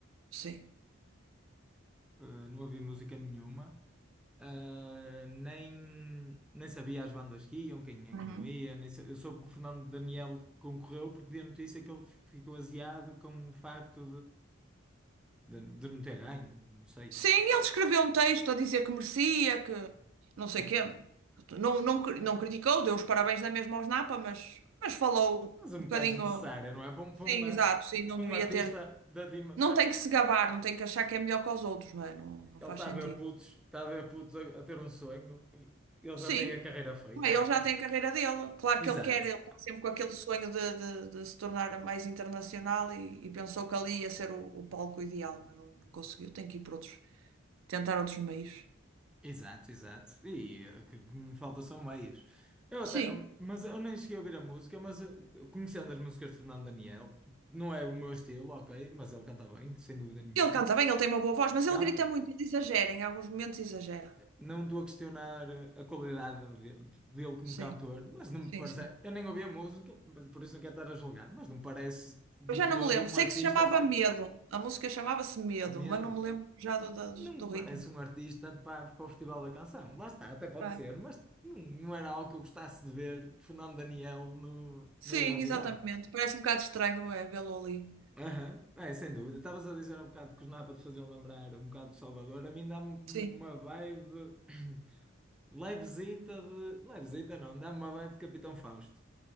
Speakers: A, on the right (about 75°); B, in the centre.
A: Sim.
B: eh, não havia música nenhuma, eh, nem, nem sabia as bandas que iam, quem é
A: Uhum.
B: que não ia. nem sa- eu soube que o Fernando Daniel concorreu porque vi a notícia que ele ficou aziado com o facto de, de, de não ter ganho, não sei,
A: Sim,
B: tipo,
A: ele escreveu um texto a dizer que merecia, que não sei
B: é-
A: o quê. Não, não, cri- não criticou, deu os parabéns na mesma aos Napa, mas, mas falou
B: mas é um
A: um
B: bocado
A: bocadinho.
B: desnecessária, não é? Para um, para um,
A: Sim,
B: a-
A: exato, sim, não
B: para
A: devia
B: um artista
A: ter.
B: da Dima,
A: Não tem que se gabar, não tem que achar que é melhor que os outros, não é? Não, não
B: ele
A: faz
B: está
A: sentido.
B: a ver putos, está a ver putos a, a ter um sonho, ele
A: Sim,
B: já tem a carreira feita,
A: bem, ele já
B: tipo,
A: tem a carreira dele. Claro
B: exato.
A: que ele quer, ele está sempre com aquele sonho de, de- de se tornar mais internacional e, e pensou que ali ia ser o, o palco ideal, mas não, não conseguiu. Tem que ir para outros, tentar outros meios.
B: Exato, exato. E eh, que que me falta são meias. Eu até,
A: Sim,
B: mas eu nem cheguei a ouvir a música, mas eh, conhecendo as músicas de Fernando Daniel, não é o meu estilo, ok, mas ele canta bem, sem dúvida nenhuma.
A: ele canta bem, ele tem uma boa voz, mas
B: Canta.
A: ele grita muito, ele exagera, em alguns momentos exagera.
B: Não estou a questionar eh, a qualidade de- dele como
A: Sim,
B: cantor, mas não
A: sim,
B: me parece.
A: sim.
B: Eu nem ouvi a música, mas por isso não quero estar a julgar, mas não me parece de
A: Eu já
B: todo
A: não me lembro,
B: um
A: sei
B: artista
A: que se chamava Medo, a música chamava-se Medo,
B: Medo.
A: mas não me lembro já do,
B: N-
A: do
B: Não
A: do- do
B: me
A: ritmo.
B: parece um artista para, para o Festival da Canção. Lá está, até pode
A: Tá.
B: ser, mas não, não era algo que eu gostasse de ver Fernando Daniel no,
A: Sim,
B: na Eurovisão.
A: exatamente. Parece um bocado estranho, é, vê-lo ali.
B: Aham, É, sem dúvida. Estavas a dizer há bocado que os Napa te faziam lembrar um bocado de Salvador. A mim dá-me uma
A: Sim.
B: vibe <clears throat> levezita de. Levezita não, dá-me uma vibe de Capitão Fausto.